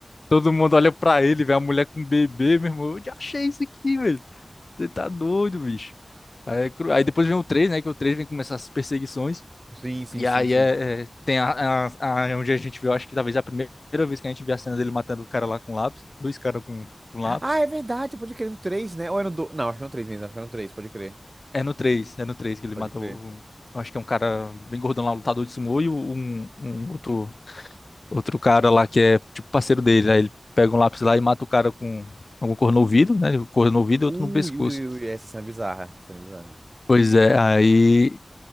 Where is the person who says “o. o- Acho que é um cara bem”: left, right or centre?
Left